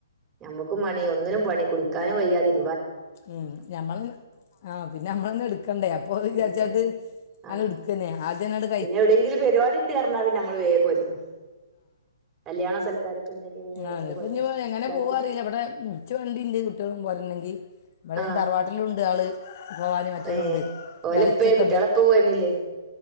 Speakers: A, on the right; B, on the left.
A: ഞമ്മക്ക്. കും പണി ഒന്നിനും പണി കുളിക്കാനും വയ്യാതിരിക്ക
B: ഉം ഞമ്മൾ ആഹ് പിന്നെ ഞമ്മളന്നെ എടുക്കണ്ടേ അപ്പൊ അത് വിചാരിച്ചാണ്ട്.
A: എടുക്കന്നെ ആഹ്
B: അതെട്. കന്നെ ആദ്യങ്ങാണ്ട്.
A: പിന്നെ എവിടേങ്കിലും പരുവാടി ഇണ്ട്റ്ഞ്ഞാൽ പിന്നമ്മള് വേഗം ഒരുങ്ങും കല്യാണൊ സൽക്കാരൊക്കെ. ഉണ്ടെങ്കി പിന്നെ
B: ആഹ്
A: വേണ്ട് പണി
B: ഇനിപ്പം അങ്ങനെ
A: ഇതാക്കി
B: പോകാ അറിയില്ല ഇവിടെ. കുച്ച് വണ്ടി ഇണ്ട് കുട്ടികളും പോരെണ്ടെങ്കി ഇവിടേം
A: ആഹ്
B: തറവാട്ടിലു ഉണ്ട് ആള്. ഭവാനി മറ്റവരുണ്ട്
A: ഏഹ് ഓലപ്പെ
B: ഇളച്ചൊക്കെ
A: കുട്ടികളെപ്പെ
B: ഉണ്ട്
A: പോരണില്ലേ.